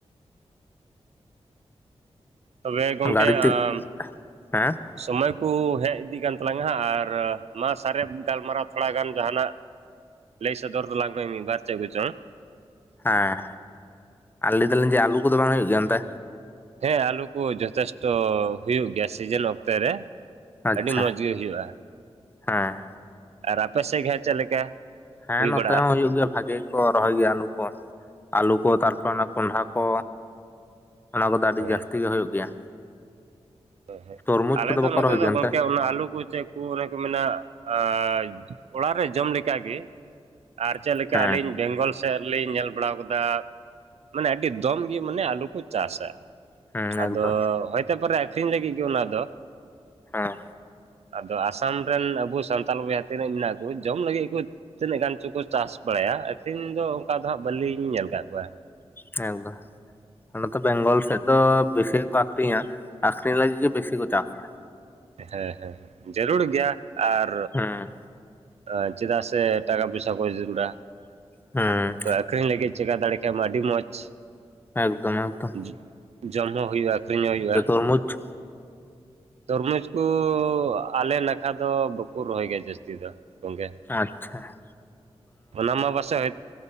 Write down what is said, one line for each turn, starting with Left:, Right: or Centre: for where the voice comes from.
Right: ᱛᱚᱵᱮ ᱜᱚᱝᱠᱮ
Left: ᱜᱟᱹᱲᱤ ᱛᱮ
Right: ᱟᱸᱢ,
Left: ᱦᱮᱸ
Right: ᱥᱚᱢᱚᱭ ᱠᱩ ᱦᱮᱡ ᱤᱫᱤᱜ ᱠᱟᱱ ᱛᱟᱞᱟᱝ ᱦᱟᱸᱜ ᱟᱨ ᱢᱟ ᱥᱟᱨᱮᱡ ᱜᱟᱞᱢᱟᱨᱟᱣ ᱛᱷᱚᱲᱟ ᱜᱟᱱ ᱡᱟᱦᱟᱸᱱᱟᱜ ᱞᱟᱹᱭ ᱥᱚᱫᱚᱨ ᱛᱟᱞᱟᱝ ᱢᱮ ᱢᱤᱫ, ᱵᱟᱨ ᱪᱮᱫ ᱠᱚᱪᱚᱝ,
Left: ᱦᱮᱸ, ᱟᱨ ᱞᱟᱹᱭ ᱫᱟᱞᱤᱧ ᱡᱮ ᱟᱹᱞᱩ ᱠᱚᱫᱚ ᱵᱟᱝ ᱦᱩᱭᱩᱜ ᱜᱮᱭᱟ ᱚᱱᱛᱮ?
Right: ᱦᱮᱸ ᱟᱞᱩ ᱠᱚ ᱡᱚᱛᱷᱮᱥᱴᱚ ᱦᱩᱭᱩᱜ ᱜᱮᱭᱟ ᱥᱤᱡᱮᱱ ᱚᱠᱛᱮ ᱨᱮ,
Left: ᱟᱪᱪᱷᱟ,
Right: ᱟᱹᱰᱤ ᱢᱚᱸᱡᱽ ᱜᱮ ᱦᱩᱭᱩᱜᱼᱟ
Left: ᱦᱮᱸ᱾
Right: ᱟᱨ ᱟᱯᱮ ᱥᱮᱫ ᱜᱮ ᱦᱟᱸᱜ ᱪᱮᱫ ᱞᱮᱠᱟ?
Left: ᱦᱮᱸ
Right: ᱦᱩᱭ
Left: ᱱᱚᱛᱮ
Right: ᱵᱟᱲᱟᱜᱼᱟ
Left: ᱦᱚᱸ ᱦᱩᱭᱩᱜ ᱜᱮᱭᱟ ᱵᱷᱟᱜᱤ ᱠᱚ ᱨᱚᱦᱚᱭ ᱜᱮᱭᱟ ᱟᱞᱩ ᱠᱚ, ᱟᱹᱞᱩ ᱠᱚ ᱛᱟᱨᱯᱚᱨᱮ ᱚᱱᱟ ᱠᱚᱸᱰᱷᱟ ᱠᱚ, ᱚᱱᱟ ᱠᱚᱫᱚ ᱟᱹᱰᱤ
Right: ᱦᱮᱸ
Left: ᱡᱟᱹᱥᱛᱤ ᱜᱮ ᱦᱩᱭᱩᱜ ᱜᱮᱭᱟ᱾
Right: ᱦᱮᱸ ᱦᱮᱸ,
Left: ᱛᱚᱨᱢᱩᱡᱽ
Right: ᱟᱞᱮ
Left: ᱠᱚᱫᱚ
Right: ᱫᱚ
Left: ᱵᱟᱠᱚ
Right: ᱱᱚᱛᱮ
Left: ᱨᱚᱦᱚᱭ ᱜᱮᱭᱟ
Right: ᱫᱚ ᱜᱚᱝᱠᱮ
Left: ᱚᱱᱛᱮ
Right: ᱚᱱᱟ ᱟᱞᱩ ᱠᱚ ᱪᱮᱫ ᱠᱚ ᱚᱱᱮ ᱠᱚ ᱢᱮᱱᱟ ᱟᱸᱻ ᱚᱲᱟᱜ ᱨᱮ ᱡᱚᱢ ᱞᱮᱠᱟᱜᱮ, ᱟᱨ ᱪᱮᱫ ᱞᱮᱠᱟ
Left: ᱦᱮᱸ
Right: ᱟᱹᱞᱤᱧ ᱵᱮᱝᱜᱚᱞ ᱥᱮᱫ ᱞᱤᱧ ᱧᱮᱞ ᱵᱟᱲᱟᱣ ᱠᱟᱫᱟ, ᱢᱟᱱᱮ ᱟᱹᱰᱤ ᱫᱚᱢ ᱜᱮ ᱢᱟᱱᱮ ᱟᱞᱩ ᱠᱚ ᱪᱟᱥᱟ᱾
Left: ᱦᱮᱸ
Right: ᱟᱫᱚ
Left: ᱮᱠᱫᱚᱢ
Right: ᱦᱚᱭᱛᱮ ᱯᱚᱨᱮ ᱟᱠᱷᱨᱤᱧ ᱞᱟᱹᱜᱤᱫ ᱜᱮ ᱚᱱᱟ ᱫᱚ᱾
Left: ᱦᱮᱸ᱾
Right: ᱟᱫᱚ ᱟᱥᱟᱢ ᱨᱮᱱ ᱟᱵᱚ ᱥᱟᱱᱛᱟᱞ ᱵᱚᱭᱦᱟ ᱛᱤᱱᱟᱹᱜ ᱢᱮᱱᱟᱜ ᱠᱚ ᱡᱚᱢ ᱞᱟᱹᱜᱤᱫ ᱜᱮᱠᱚ ᱛᱤᱱᱟᱹᱜ ᱜᱟᱱ ᱪᱚᱠᱚ ᱪᱟᱥ ᱵᱟᱲᱟᱭᱟ, ᱟᱠᱷᱨᱤᱧ ᱫᱚ ᱚᱱᱠᱟ ᱫᱚ ᱦᱟᱸᱜ ᱵᱟᱹᱞᱤᱧ ᱧᱮᱞ ᱠᱟᱫ ᱠᱚᱣᱟ᱾
Left: ᱦᱮᱸ ᱛᱚ᱾ ᱱᱚᱛᱮ ᱵᱮᱝᱜᱚᱞ ᱥᱮᱫ ᱫᱚ ᱵᱮᱥᱤ ᱜᱮᱠᱚ ᱟᱠᱷᱨᱤᱧᱟ, ᱟᱠᱷᱨᱤᱧ ᱞᱟᱹᱜᱤᱫ ᱜᱮ ᱵᱮᱥᱤ ᱠᱚ ᱪᱟᱥᱟᱲ᱾
Right: ᱦᱮᱸ ᱦᱮᱸ ᱦᱮᱸ᱾ ᱡᱟᱹᱨᱩᱲ ᱜᱮᱭᱟ ᱟᱨ
Left: ᱦᱮᱸ᱾
Right: ᱟᱺ ᱪᱮᱫᱟᱜ ᱥᱮ ᱴᱟᱠᱟ ᱯᱚᱭᱥᱟ ᱠᱚ ᱡᱟᱹᱨᱩᱲᱟ᱾
Left: ᱦᱩᱸ᱾
Right: ᱛᱚ ᱟᱹᱠᱷᱨᱤᱧ ᱞᱟᱹᱜᱤᱫ ᱪᱮᱠᱟ ᱫᱟᱲᱮ ᱠᱮᱭᱟᱢ ᱟᱹᱰᱤ ᱢᱚᱡᱽ,
Left: ᱮᱠᱫᱚᱢ ᱮᱠᱫᱚᱢ
Right: ᱡᱚ ᱡᱚᱢ ᱦᱚᱸ ᱦᱩᱭᱩᱜᱼᱟ ᱟᱹᱠᱷᱨᱤᱧ ᱦᱚᱸ ᱦᱩᱭᱩᱜᱼᱟ᱾
Left: ᱠᱩᱢᱩᱴᱷ
Right: ᱛᱚᱨᱢᱩᱡᱽ ᱠᱚᱻ ᱟᱞᱮ ᱱᱟᱠᱷᱟ ᱫᱚ ᱵᱟᱠᱚ ᱨᱚᱦᱚᱭ ᱜᱮᱭᱟ ᱡᱟᱹᱥᱛᱤ ᱫᱚ ᱜᱚᱝᱜᱮ᱾
Left: ᱟᱪᱪᱷᱟ ᱾
Right: ᱚᱱᱟ ᱢᱟ ᱯᱟᱥᱮᱡ ᱦᱚᱭ,